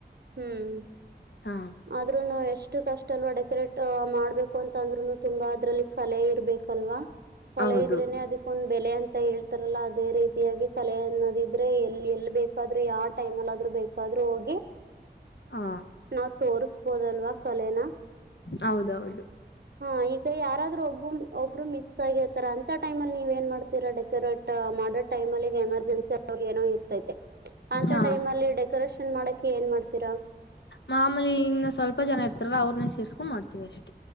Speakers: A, on the right; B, on the left.
A: ಹ್ಮ್.
B: ಹಾ
A: ಆದ್ನು ಎಷ್ಟು ಕಷ್ಟ ಅಲ್ವಾ ಡೆಕೋರೇಟ್ ಮಾಡ್ಬೇಕು ಅಂತ ಅಂದ್ರುನು ತುಂಬಾ ಅದ್ರಲ್ಲಿ ಕಲೆ ಇರ್ಬೇಕು ಲ್ವಾ ಕಲೆ
B: ಹೌದು
A: ಇದ್ರೆನೆ ಅದಕ್ಕೊಂದು ಬೆಲೆ ಅಂತ ಹೇಳ್ತಾರಲ್ಲ ಅದೇ ರೀತಿಯಾಗಿ ಕಲೆ ಅನ್ನೋದಿದ್ರೆ ಎಲ್ಲಿ ಎಲ್ಲಿ ಬೇಕಾದ್ರೂ ಯಾವ ಟೈಮಲ್ಲಿ ಆದ್ರೂ ಬೇಕಾದ್ರೂ ಹೋಗಿ
B: ಹಾ
A: ನಾವ್ ತೋರ್ರಿಸಬೋದಲ್ವಾ ಕಲೆನ.
B: ಹೌದೌದು.
A: ಹಾ ಈಗ ಯಾರಾದ್ರೂ ಒಬ್ಬರು ಒಬ್ರು ಮಿಸ್ ಆಗಿರ್ತಾರ ಅಂತ ಟೈಮ ಅಲ್ಲಿ ನೀವ ನ್ ಮಾಡ್ತೀರಾ ಡೆಕೋರೇಟ್ ಮಾಡೋ ಟೈಮ ಅಲ್ಲಿಗ ಎಮರ್ಜೆನ್ಸಿ ಏನೋ ಇರ್ತೈತೆ ಅಂತ
B: ಹಾ
A: ಟೈಮ್ ಅಲ್ಲಿ ಡೆಕೋರೇಷನ್ ಮಾಡಕ ಏನ್ ಮಾಡ್ತೀರಾ.
B: ಮಾಮೂಲಿ ಇಂದ ಸ್ವಲ್ಪ ಜನ ಇರ್ತಾರಲ್ಲ ಅವ್ರನ್ನ ಸೇರ್ಸ್ಕೊಂಡ್ ಮಾಡ್ತೀವಿ ಅಷ್ಟೇ.